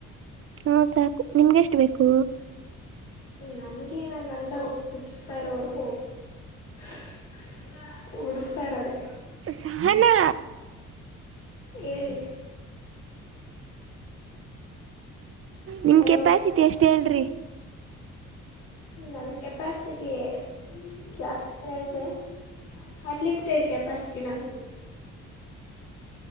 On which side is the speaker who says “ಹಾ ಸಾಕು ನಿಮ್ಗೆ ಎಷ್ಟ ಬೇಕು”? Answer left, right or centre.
Right